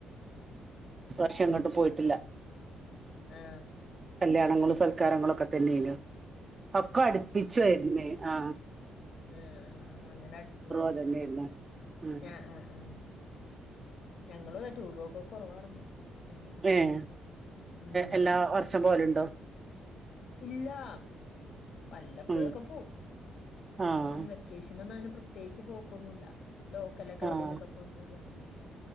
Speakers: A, on the right (about 30°); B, on the left (about 70°).
A: പ്രാശ്യം എങ്ങട്ടും പോയിട്ടില്ല
B: ആ
A: കല്യാണങ്ങളും സൽക്കാരങ്ങളൊക്കെ തന്നെയേനു ഒക്കെ അടുപ്പിച്ചായിരുന്നേ ആ
B: ആ ആ അങ്ങനെ അടിച്ചു പൊളിച്ചു
A: അതന്നെയായിരുന്നു ഉം
B: ആ ആ ആ ഞങ്ങള് ടൂറൊക്കെ കുറവാർന്നു ഉം എങ്ങും
A: ഏഹ്
B: പോയിട്ടോ ഉം
A: എല്ലാ വർഷം പോവലുണ്ടോ
B: ഇല്ലാ വല്ലപ്പോഴൊക്കെ
A: ഉം
B: പോവും
A: ആഹ്
B: അങ്ങനെ ഒന്ന് വെക്കേഷൻ ഒന്ന് അങ്ങനെ പ്രത്യേകച്ച് പോക്കൊന്നുല്ല ലോക്കലൊക്കെ
A: ആഹ്
B: എവിടേ ലൊക്കെ പോയിട്ട് വരും അങ്ങനെയൊക്കെ